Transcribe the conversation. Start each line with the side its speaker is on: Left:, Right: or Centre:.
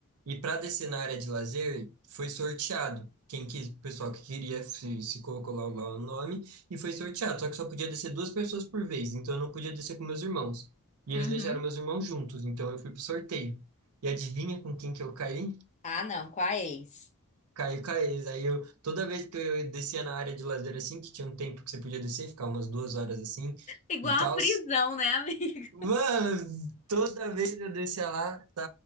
Right: E para descer na área de lazer, foi sorteado. Quem quis, o pessoal que queria se, se colocou lá, o- lá o nome, e foi sorteado. Só que só podia descer duas pessoas por vez, então eu não podia descer com meus irmãos. E eles
Left: Uhum.
Right: deixaram meus irmãos juntos, então eu fui pro sorteio. E adivinha com quem que eu caí?
Left: Ah, não, com a ex.
Right: Caí com a Aí eu, toda vez que eu descia na área de lazer assim, que tinha um tempo que você podia descer, ficar umas duas horas assim
Left: Igual
Right: e tal.
Left: a prisão, né, amigo?
Right: Mano, toda vez eu descia lá, tá.